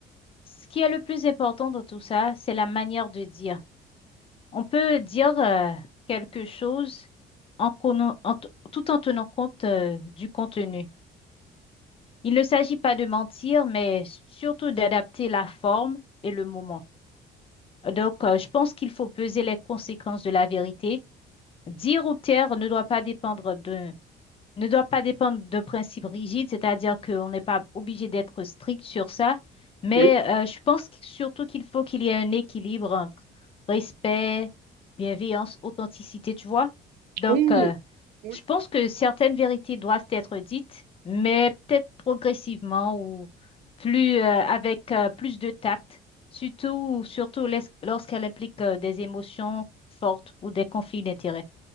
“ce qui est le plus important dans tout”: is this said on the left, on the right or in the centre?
Left